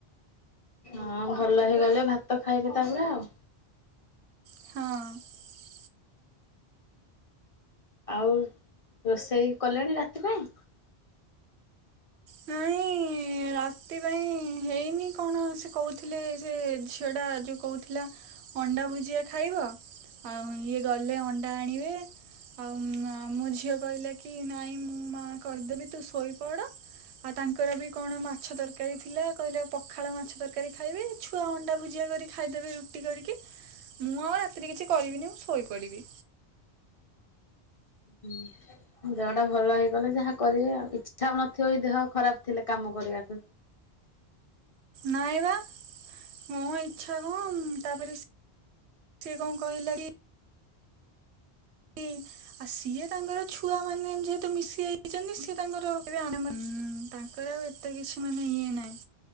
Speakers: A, on the left; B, on the right.
A: ହଁ ଭଲ ହେଇଗଲେ ଭାତ ଖାଇବେ ତାପରେ ଆଉ।
B: ହଁ।
A: ଆଉ-ଉ-ଉ ରୋଷେଇ କଲେଣି ରାତିପାଇ?
B: ନାଁଇ-ଇ-ଇ-ଇ ଇ ରାତି ପାଇଁ ହେଇନି କଣ ସେ କହୁଥିଲେ ସେ ଝିଅଟା ଯେଉ କହୁଥିଲା ଅଣ୍ଡା ଭୁଜିଆ ଖାଇବ, ଆଉ ଇଏ ଗଲେ ଅଣ୍ଡା ଆଣିବେ। ଉ-ଉ ମ ମୋ ଝିଅ କହିଲା କି ନାଇଁ ମୁଁ ମା କରିଦେବି ତୁ ଶୋଇପଡ। ଆଉ ତାଙ୍କର ବି କଣ ମାଛ ତରକାରୀ ଥିଲା କହିଲେ ପଖାଳ ମାଛ ତରକାରୀ ଖାଇବେ, ଛୁଆ ଅଣ୍ଡା ଭୁଜିଆ କରି ଖାଇଦେବେ ରୁଟି କରିକି। ମୁଁ ଆଉ ରାତିରେ କିଛି କରିବିନି ମୁଁ ଶୋଇପଡ଼ିବି।
A: ହୁଁ। <unintelligible> ଦେହଟା ଭଲ ହେଇଗଲେ ଯାହା କରିବେ ଆଉ। ଇଚ୍ଛା ନଥିବ ଦେହ ଖରାପ ଥିଲେ କାମ କରିବାକୁ
B: ନାଇଁ ବା ମୋ ଇଚ୍ଛାକୁ ତାପରେ ସେ ସେ କଣ କହିଲା କି ଇ-ଇ ସିଏ ତାଙ୍କର ଛୁଆ ମାନେ ଯେହେତୁ ମିଶି ଯାଇଛନ୍ତି ସିଏ ତାଙ୍କର <unintelligible> ତ କିଛି ମାନେ ଇଏ ନାହିଁ।